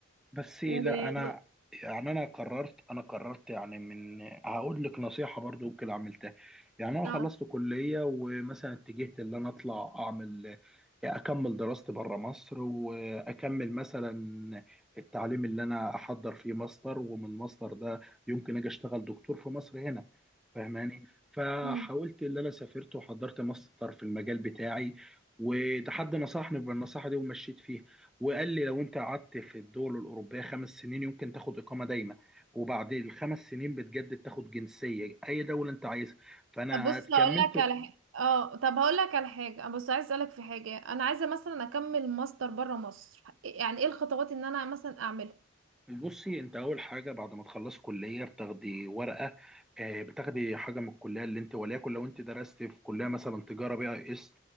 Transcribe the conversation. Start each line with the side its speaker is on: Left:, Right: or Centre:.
Centre: بس لا
Right: و... و...
Centre: انا يعني انا قررت انا قررت يعني من هقول لك نصيحه برضو ممكن عملتها يعني انا
Right: اه
Centre: خلصت كليه ومثلا اتجهت ان انا اطلع اعمل اكمل دراستي بره مصر واكمل مثلا التعليم اللي انا احضر فيه ماستر ومن الماستر ده يمكن اجي اشتغل دكتور في مصر هنا فاهماني فحاولت
Right: امم
Centre: اللي انا سافرت وحضرت ماستر في المجال بتاعي وده حد نصحني بالنصيحه دي ومشيت فيها وقال لي لو انت قعدت في الدول الاوروبيه خمس سنين يمكن تاخد اقامه دايمه وبعد الخمس سنين بتجدد تاخد جنسيه اي دوله انت عايزها فانا
Right: بص
Centre: كملت
Right: هقول لك على حاجه اه طب هقول لك على حاجه بص عايز اسالك في حاجه انا عايزه مثلا اكمل ماستر بره مصر يعني ايه الخطوات ان انا مثلا اعملها
Centre: بصي انت اول حاجه بعد ما تخلص كليه بتاخدي ورقه آه، بتاخدي حاجه من الكليه اللي انت وليكن لو انت درست في كليه مثلا تجاره بي اي اس